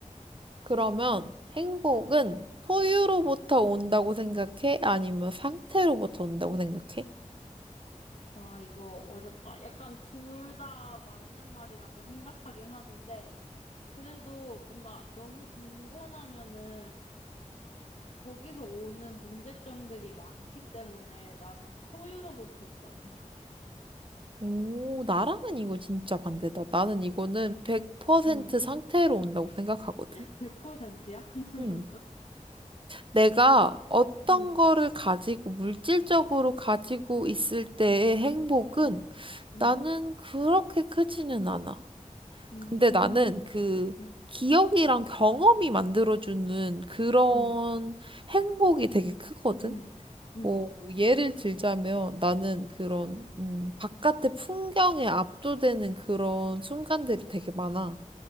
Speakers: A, on the right (about 40°); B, on the left (about 55°).
A: 그러면 행복은 소유로부터 온다고 생각해? 아니면 상태로부터 온다고 생각해?
B: 와, 이거 어렵다. 약간 둘 다 맞는 말이라고 생각하긴 하는데, 그래도 뭔가 너무 빈곤하면은 거기서 오는 문제점들이 많기 때문에 나는 소유로부터 온다고 생각해.
A: 오, 나랑은 이거 진짜 반대다. 나는 이거는 100%
B: 음,
A: 상태로 온다고 생각하거든.
B: 100%야? <laughs>
A: 음. 내가 어떤
B: 음,
A: 거를 가지고, 물질적으로 가지고 있을 때의 행복은
B: 음, 음,
A: 나는 그렇게 크지는 않아.
B: 음,
A: 근데 나는 그
B: 음,
A: 기억이랑 경험이 만들어주는 그런
B: 음,
A: 행복이 되게 크거든.
B: 음, 음,
A: 뭐 예를 들자면 나는 그런 음, 바깥의 풍경에 압도되는 그런 순간들이 되게 많아.